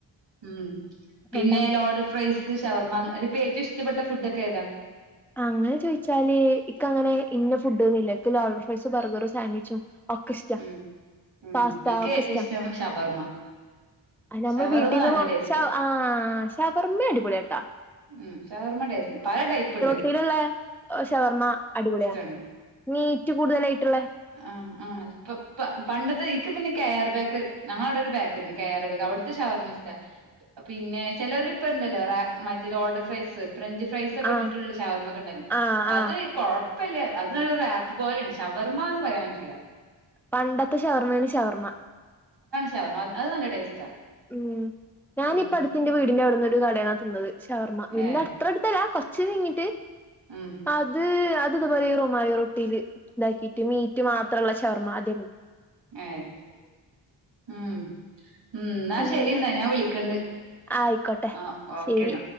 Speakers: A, on the right; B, in the centre.
A: ഉം പിന്നെ
B: അതാണ്
A: ലോഡഡ്ഡ് ഫ്രൈസ്, ഷവർമാ, അ ഒര് പ്പേറ്റും ഇഷ്ടപ്പെട്ട ഫുഡോക്കെ ഏതാ?
B: അങ്ങനെ ചോദിച്ചാല് ഇക്ക് അങ്ങനെ ഇന്ന ഫുഡൊന്നുല്ല. ഇക്ക് ലോഡഡ് ഫ്രൈസ്‌, ബർഗർ, സാൻവിച്ചും, ഒക്കെ ഇഷ്ടാ...
A: ഉം ഉം
B: പാസ്ത
A: ഇക്ക്
B: ഒക്കെ
A: ഏറ്റവും
B: ഇഷ്ടാ...
A: ഇഷ്ടം ഷവർമ്മ
B: അയ്നമ്മൾ
A: ഷവർമ്മ
B: വീട്ടിന്ന്
A: നല്ല
B: കൊർച്ചാ...
A: ടേസ്റ്റ് ആണ്.
B: ആഹ് ശവർമ്മിം അടിപൊളിയാട്ടാ..
A: ഉം ഷവർമ്മ ടേസ്റ്റ്, പല ടൈപ്പ് ണ്ട്.
B: ട്ടിയിലുള്ള ഷവർമ്മ അടിപൊളിയാ
A: ആണ്
B: മീറ്റ് കൂടുതലായിട്ടുള്ള
A: ആ ആ ഇപ്പ ഇപ്പ പണ്ടത്തെ പിന്നെ കെ ആർ ബേക്കറി ഞങ്ങള അവിടെ ഒരു ബേക്കറിണ്ട് കെ ആർ ബേക്ക് അവിടുത്തെ ഷവർ ഇഷ്ട പിന്നെ ചിലർ ഇപ്പ ഉണ്ടല്ലോ റ മ റ്റെ ലോഡെഡ് ഫ്രൈസ് ഫ്രഞ്ച് ഫ്രൈസ് ഒക്കെ
B: ആ
A: ഇട്ടിട്ടുള്ള ഷവർമൊക്കെ ഉണ്ട്
B: ആ ആ
A: അത് കോഴ ഇപ്പല്ല അത് റാപ്പ് പോലെയണ ഷവർമ്മ എന്ന് പറയാൻ പറ്റില്ല
B: പണ്ടത്തെ ഷവർമ്മയാണ് ഷവർമ്മ
A: ഷവർമ അ അത് നല്ല ടേസ്റ്റാ
B: ഉം ഞാനിപ്പ
A: ഉം
B: അടുത്തിന്റെ വീടിന്റവിടുന്ന് ഒരു <unintelligible> തിന്നത് ഷവർമ്മ വീടിന്റെ
A: ഏ
B: അത്ര അടുത്തല്ല കൊറച്ച് നീങ്ങിട്ട്
A: ഉം
B: അത് അത് അത് പോലെ ഈ രോമലി റൊട്ടിയില് ഇതാക്കിട്ട് മീറ്റ് മാ ത്രള ഷർമ്മ അതരുന്നു
A: ഏഹ് ഉം ഉം എന്നാ
B: അങ്ങനെ
A: ശെരി എന്നാ ഞാൻ വിളിക്കണ്ട്
B: ആയിക്കോട്ടെ
A: ആ ഓക്കേന്നാ
B: ശരി